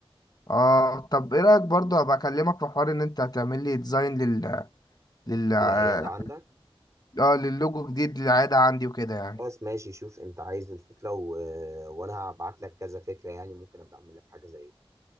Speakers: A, on the left; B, on the right.
A: اه طب ايه رايك برضو ابقى اكلمك في حوار ان انت هتعمل لي ديزاين لل لل اه
B: العياده عندك
A: اه، للوجو جديد للعاده عندي وكده يعني
B: خلاص ماشي شوف انت عايز الفكره و... وانا هبعت لك كذا فكره يعني ممكن ابقى اعمل لك حاجه زي